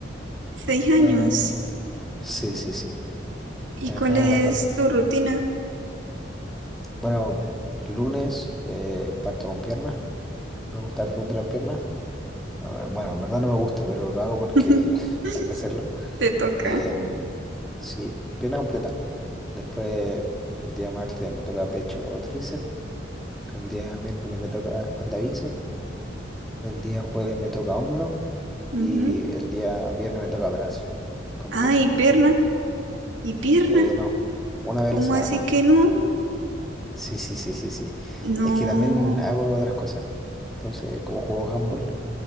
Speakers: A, on the right; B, in the centre.
A: Seis años,
B: Eh, sí, sí, sí.
A: ¿y
B: La
A: cuál
B: verdad,
A: es
B: bastante.
A: tu rutina?
B: Bueno, lunes eh, parto con piernas. Me gusta harto entrenar piernas. A ver, Bueno, en verdad no me gusta, pero lo hago porque
A: <laughs>
B: <laughs> hay que hacerlo.
A: Te toca.
B: Em, sí, pierna completa. Después, el día martes me toca pecho o tríceps. El día miércoles me toca espalda y bíceps. El día jueves me toca hombro.
A: Ujú.
B: Y el día viernes me toca brazo completo.
A: Ay, pierna. ¿Y pierna?
B: Eh, no, una vez
A: ¿Cómo
B: a la semana
A: así
B: no.
A: que no?
B: Sí, sí, sí, sí, sí.
A: No.
B: Es que también hago otras cosas. Entonces, como juego handball,